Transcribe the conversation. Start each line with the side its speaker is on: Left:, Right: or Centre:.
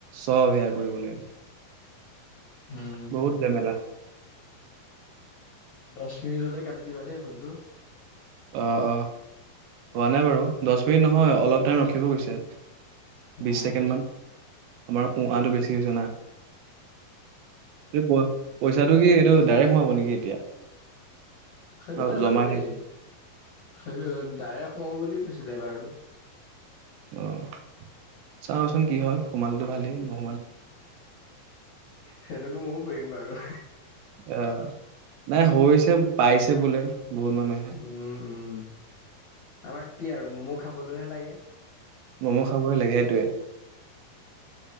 Right: চব সেয়া কৰিব লাগিব।
Left: উম
Right: বহুত জেমেলা।
Left: দচ মিনিট হলে কাটি দিবা দেই ফোনটো।
Right: অ, অ হোৱা নাই বাৰু, দচ মিনিট নহয় অলপ টাইম ৰখিব কৈছে।
Left: অ
Right: বিচ ছেকেণ্ড মান। আমাৰ উ-আটো বেছি হৈছে জানা। এই প-পইচাটো কি এইটো ডাইৰেক্ট সোমাব? শু নেকি এতিয়া?
Left: সেইটো
Right: অ
Left: নাজানো
Right: জমাই
Left: দেই।
Right: থাকিম
Left: সেই ডাইৰেক্ সোমাব বুলি- কি কৈছিলে বাৰু?
Right: অ- চাওঁচো চোন কি হয়! সোমালতো ভালেই হয়।
Left: সেইটোতো মইও কৰিম বাৰু।
Right: অ নাই হৈছে, পাইছে বোলে। বহুত মানুহে
Left: উম- উম- আমাক কি আৰু ম'ম' খাবলৈহে লাগে।
Right: ম'ম' খাবই লাগে সেইটোৱে।